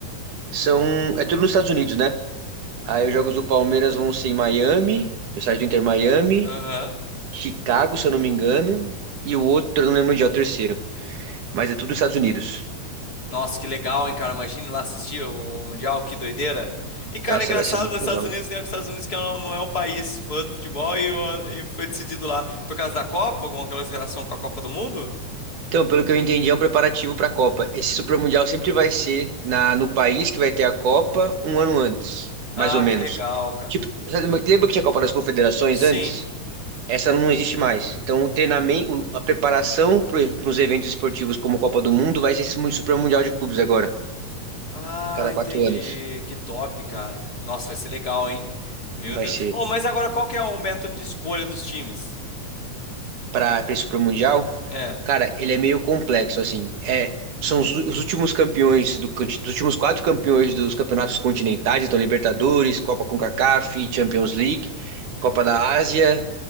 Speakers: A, on the right; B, on the left.
A: São, é tudo nos Estados Unidos, né? Aí os jogos do Palmeiras vão ser em Miami, no estádio do Inter Miami,
B: Aham.
A: Chicago, se eu não me engano, e o outro, eu não lembro onde é o terceiro, mas é tudo nos Estados Unidos.
B: Nossa, que legal, hein, cara? Imagine lá assistir o Mundial, que doideira. E, cara,
A: Nossa,
B: engraçado
A: vai ser muito
B: nos Estados
A: legal.
B: Unidos, né? que Os Estados Unidos que não, não é um país fã do futebol e, o- e foi decidido lá por causa da Copa, alguma coisa em relação com a Copa do Mundo?
A: Então, pelo que eu entendi, é um preparativo para a Copa. Esse Super Mundial sempre vai ser na, no país que vai ter a Copa um ano antes, mais
B: Ah,
A: ou menos.
B: que legal, cara.
A: Tipo, sabe, lembra que tinha a Copa das Confederações
B: Sim.
A: antes? Essa não existe mais. Então, o treinamento, o- a preparação para os eventos esportivos como Copa do Mundo vai ser esse mu- Super Mundial de clubes agora,
B: Ah,
A: cada
B: entendi.
A: quatro anos.
B: Que top, cara. Nossa, vai ser legal, hein? Meu
A: Vai
B: Deus.
A: ser
B: Oh, mas agora qual que é o método de escolha dos times?
A: para esse Super Mundial.
B: É.
A: Cara, ele é meio complexo, assim. É, são os, os últimos campeões do, conti- dos últimos quatro campeões dos campeonatos continentais, então Libertadores, Copa CONCACAF, Champions League, Copa da Ásia,